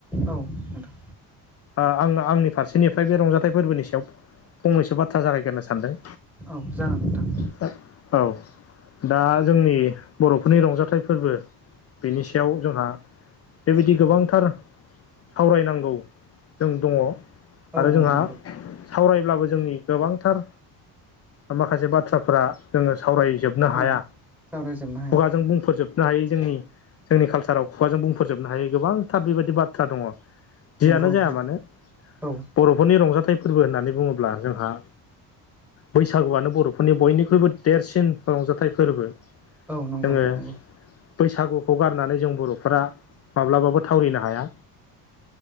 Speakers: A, in the centre; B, on the left (about 35°).
A: औ नोंथां
B: आ आङो आंनि फारसेनिफ्राय बे रंजाथाइ फोरबोनि सायाव फंनैसो बाथ्रा जागायगोरनो सानदों
A: औ जागोन नोंथां।
B: <unintelligible> औ दा जोंनि बर'फोरनि रंजाथाइ फोरबो बेनि सायाव जोंहा बेबायदि गोबांथार सावरायनांगौ जों दङ
A: औ
B: आरो जोंहा
A: औ नंगौ नोंथां
B: सावरायब्लाबो जोंनि गोबांथार ओ माखासे बाथ्राफोरा जोङो सावरायजोब बनो हाया
A: औ सावरायजोबनो हाया
B: खुगाजों बुंफोरजोब नो हायै जोंनि जोंनि खालसाराव खुगाजों बुंफोरजोबनो हायो गोबांथार बेबायदि बाथ्रा दङ। जियानो
A: नंगौ
B: जाया
A: नोंथां
B: मानो
A: औ
B: बर'फोरनि रंजाथाइ फोरबो होननानै बुङोब्ला जोंहा बैसागुआनो बर'फोरनि बयनिख्रुइबो देरसिन रंजाथाइ फोरबो।
A: औ नंगौ
B: जोङो
A: नंगौ
B: बैसागुखौ गारनानै जों बर'फोरा माब्लाबाबो थावरिनो हाया।